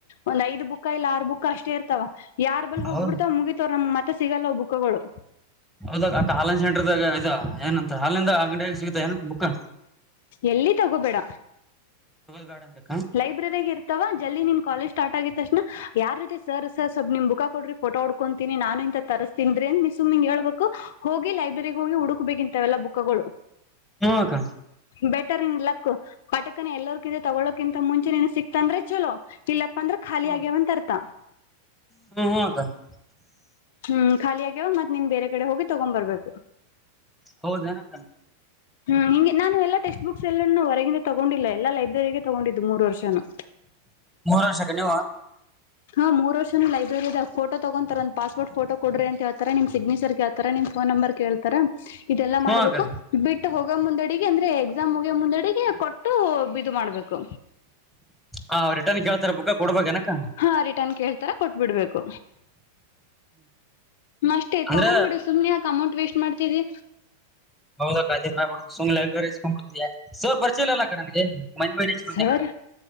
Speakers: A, on the left; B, in the centre.
A: ಒಂದ್ ಐದು ಬುಕ್ ಇಲ್ಲ ಆರು ಬುಕ್ ಕಷ್ಟೇ ಇರ್ತವ ಯಾರ್ ಬಂದು ಹೋಗ್ಬಿಡ್ತಾವ್
B: ಹೌದ್
A: ಮುಗಿತವ್ ನಮ್ ಮತ್ <unintelligible> ಮತ್ತ ಸಿಗಲ್ಲವ ಬುಕ್ಕಗಳು
B: ಹೌದ ಅಕ್ಕ ಆನ್ಲೈನ್ ಸೆಂಟರ್ದಾಗ ಇದ ಏನಂತ ಹಾಲಿಂದ ಅಂಗಡಿಯಾಗ ಸಿಗತ ಏನ ಬುಕ್
A: ಎಲ್ಲಿ ತಗೋಬೇಡ
B: ಗಾರ್ಡ್ <unintelligible>
A: ಲೈಬ್ರೆರಿಗ ಇರ್ತವ ಜಲ್ದಿ ನಿನ್ ಕಾಲಜ್ ಸ್ಟಾರ್ಟ್ ಆಗಿತ್ತ ತಕ್ಷಣ ಯಾರ್ ಜೊತೆ ಸರ್ ಸರ್ ಸ್ವಲ್ ನಿಮ್ ಬುಕ್ ಕೊಡ್ರ ಫೋಟೋ ಹುಡ್ಕೊಂತೀನಿ ನಾನು ಇಂತ ತರಿಸಸ್ತಿಂದ್ರಿ ನಿನ್ ಸುಮ್ಮ್ನೆ ಇಂಗ್ <unintelligible> ಹೇಳ್ಬೇಕು ಹೋಗಿ ಲೈಬ್ರೆರಿಗ್ ಹೋಗಿ ಹುಡುಕ್ಬೇಕಿಂತವೆ ಎಲ್ಲ ಬುಕ್ಕಗಳು
B: ಹು ಅಕ್ಕ
A: ಬೆಟರ್ ಇನ್ ಲಕ್ ಪಟಕನ ಎಲ್ಲಗ ತಗೊಳ್ಳ <unintelligible> ಕಿಂತ ಮುಂಚೆ ನೀನ ಸಿಕ್ತ ಅಂದ್ರೆ ಚಲೋ ಇಲ್ಲಪ್ಪ ಅಂದ್ರ ಖಾಲಿ
B: ಹ್ಮ್
A: ಆಗ್ಯವಂತ ಅರ್ತ
B: <unintelligible>
A: ಹ್ಮ್ ಖಾಲಿ ಆಗ್ಯವ ಮತ್ <unintelligible> ನಿಮ್ ಬೇರೆ ಕಡೆ ಹೋಗಿ ತಗೊ ಬರ್ಬೇಕು
B: ಹೌದೆನ್ನಕ್ಕ
A: ಹ್ಮ್ ಹಿಂ ನಾನು ಎಲ್ಲ ಟೆಕ್ಸ್ಟ್ ಬುಕ್ಸ್ ಎಲ್ಲೂ ಹೊರಗಿಂದ ತಗೊಂಡಿಲ್ಲ ಎಲ್ಲ ಲೈಬ್ರರಿಗೆ ತಗೊಂಡಿದ್ದು ಮೂರು ವರ್ಷನು
B: ಮೂರು ವರ್ಷಕ್ಕೆ ನೀವು
A: ಹಾ ಮೂರು ವರ್ಷ ಲೈಬ್ರರಿದ <unintelligible> ಫೋ ತಗೊಂತರಂತ ಫೋಟೋ ಕೊಡ್ರ ಅಂತ ಹೇಳ್ತರ ನಿಮ್ ಸಿಗ್ನೇಚರ್ ಕೇಳ್ತಾರ ನಿಮ್ ಫೋನ್ ನಂಬರ ಕೇಳ್ತಾರ ಇದೆಲ್ಲಾ
B: ಹ್ಮ
A: ಮಾಡ್ಬೇಕು
B: ಅಕ್ಕ
A: ಬಿಟ್ಟು ಹೋಗೋ ಮುಂದಡಿ ಅಂದ್ರೆ ಎಕ್ಸಾಮ್ ಹೋಗಿ ಮುಂದೆಡೆಗೆ ಕೊಟ್ಟ ಟು ಇದು ಮಾಡ್ಬೇಕು
B: ಆ ರಿಟರ್ನ್ ಕೇಳ್ತಾರ ಬುಕ್ ಕೊಡ್ಬೇಕೇನಕ್ಕ
A: ಹ ರಿಟನ್ ಕ <unintelligible> ತರ ಕೊಟ್ಬಿಡ್ಬೇಕು ಅಷ್ಟೇ <unintelligible>
B: ಅಂದ್ರ
A: ತಗೊಬಿಡು ಸುಮ್ನೆ ಅಕಮಟ್ ವೇಸ್ಟ್ ಮಾಡ್ತಿದ್ದಿ
B: ಹೌದಕ್ಕ <unintelligible> ಸರ್ ಪರಿಚಯಲ <unintelligible> ಇಲ್ಲಕ್ಕ ನನಗೆ ಮನೆ ಮನೆ ಹಚ್ಚಿ ಬಂದೆ
A: ಸರ್
B: ಅಂತ